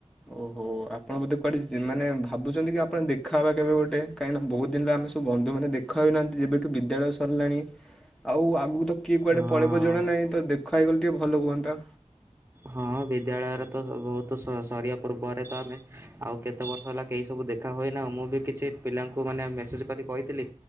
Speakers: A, in the centre; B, on the right (about 20°).
A: ଓହୋ ଆପଣ ବୋଧେ କୁଆଡେ ମାନେ ଭାବୁଛନ୍ତି କି ଆପଣ ଦେଖାହେବା କେବେ ଗୋଟେ। କାହିଁକିନା ବହୁତ ଦିନରେ ଆମେ ସବୁନ୍ଧୁମାନେ ଦେଖାହଇନାହାନ୍ତି, ଯେବେଠୁ ବିଦ୍ୟାଳୟ ସରିଲାଣି ଆଉ ଆଗକୁ ତ କିଏ କୁଆଡେ
B: ହଁ
A: ପଳେଇବ ଜଣା ନାହିଁ ତ ଦେଖ ଖାଇ ଗଲେ ଟିକେ ଭଲ ହୁଅନ୍ତା।
B: ହଁ ବିଦ୍ୟାଳୟରେ ତ ବହୁତ ସରିବା ପୂର୍ବରେ ତ ଆମେ ଆଉ କେତେ ବର୍ଷ ହେଲା କେହି ସବୁ ଦେଖା ହୁଏନାଁ। ମୁଁ ବି କିଛି ପିଲାଙ୍କୁ ମାନେ ମେସେଜ କରି କହିଥିଲି